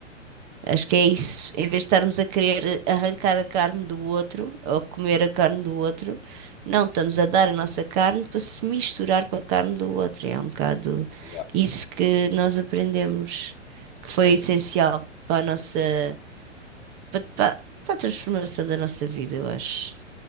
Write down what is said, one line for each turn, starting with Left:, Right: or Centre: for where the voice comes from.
Right: Acho que é isso. Em vez de estarmos a querer arrancar a carne do outro ou comer a carne do outro, não, estamos a dar a nossa carne para se misturar com a carne do outro. É um bocado
Left: Ah,
Right: isso que nós aprendemos, que foi
Left: pois
Right: essencial
Left: é.
Right: para a nossa, para, para- para a transformação da nossa vida, eu acho,